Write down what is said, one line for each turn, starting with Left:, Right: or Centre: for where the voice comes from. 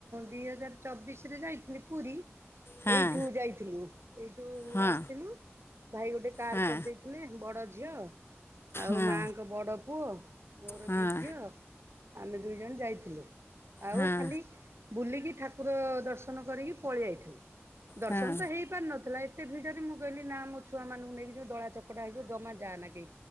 Right: ଦିଇ ହଜାର ଚବିଶରେ ଯାଇଥିଲି ପୁରୀ,
Left: ହଁ
Right: ଏଇଠୁ ଯାଇଥିଲୁ ଏଇଠୁ
Left: ହଁ
Right: ଆସିଥିଲି। ଭାଇ ଗୋଟେ କାର
Left: ହଁ
Right: କରିଦେଇଥିଲେ ବଡ ଝିଅ ଆଉ
Left: ହଁ
Right: ମାଆଙ୍କ ବଡ଼ ପୁଅ ମୋର
Left: ହଁ
Right: ଦିଇ ଝିଅ ଆମେ ଦୁଇ ଜଣ ଯାଇ ଥିଲୁ। ଆଉ
Left: ହଁ
Right: ଖାଲି ବୁଲିକି ଠାକୁର ଦର୍ଶନ କରିକି ପଳେଇ ଆଇଥିଲୁ। ଦର୍ଶନ
Left: ହଁ
Right: ତ ହେଇ ପାରିନଥିଲା। ଏତେ ଭିଡରେ ମୁଁ ଗଲିି ନା ମୋ ଛୁଆ ମାନଙ୍କୁ ନେଇକି ଯୋଉ ଦଳା ଚକଟା ହେଇଯିବ ଜମା ଯା ନା କେହି।